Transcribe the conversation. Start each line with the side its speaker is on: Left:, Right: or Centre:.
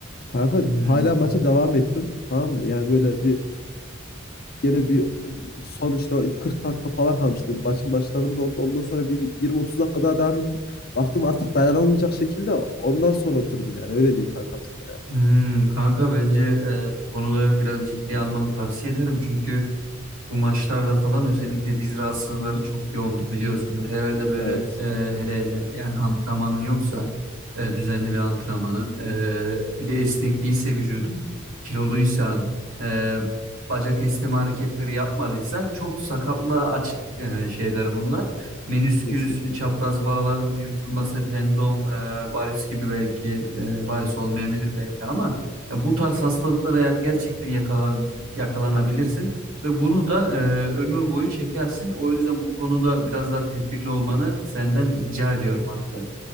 Left: Kanka
Right: Hmm.
Left: hala maça devam ettim. Tamam mı? Yani böyle bir gene bir son işte o 40 dakika falan kalmıştı. Maçın başlarında oldu. Ondan sonra bir 20-30 dakika daha devam ettim. Baktım artık dayanılmayacak şekilde ondan sonra oturdum yani. Öyle diyeyim kankam sana yani.
Right: Hmm, kanka bence e, bu konuda biraz ciddiye almanı tavsiye ederim. Çünkü Bu maçlarda falan özellikle diz rahatsızlıkları çok yoğundur biliyorsundur. Herhalde böyle
Left: Evet.
Right: e, hele hele yani antrenmanın yoksa e, düzenli bir antrenmanın e, bir de esnek değilse vücudun kiloluysan e, bacak esneme hareketleri yapmadıysan çok sakatlığa açık e, şeyler bunlar. Menisküs,
Left: Kesinlikle.
Right: çapraz bağların yırtılması, tendon, e, varis gibi belki e, varis olmayabilir belki ama ya bu tarz hastalıklara ya- gerçekten yakalan, yakalanabilirsin. Ve bunu da e, ömür boyu çekersin. O yüzden bu konuda biraz daha tedbirli olmanı senden rica ediyorum hatta.